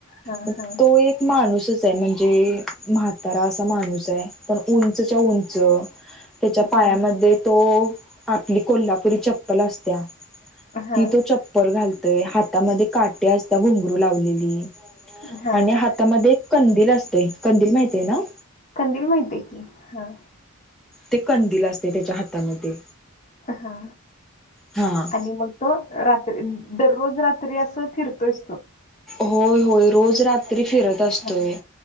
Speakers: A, on the left; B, in the centre.
A: हां.
B: मग तो एक माणूसच म्हणजे म्हातारा असा माणूस आहे, पण उंचच्या उंच, त्याच्या पायामध्ये
A: हां,
B: तो आपली कोल्हापुरी चप्पल असत्या.
A: हां,
B: ती तो चप्पल घालतय, हातामध्ये काटे असतात घुंगरू लावलेली,
A: हां.
B: आणि हातामध्ये कंदील असते. कंदील माहितीय ना?
A: कंदील माहिती आहे की हा
B: ते कंदील असतय त्याच्या हातामध्ये
A: हा
B: हा
A: आणि मग तो रात्री दररोज रात्री असं फिरतोयचं तो
B: होय होय रोज रात्री फिरत असतोय.
A: हां,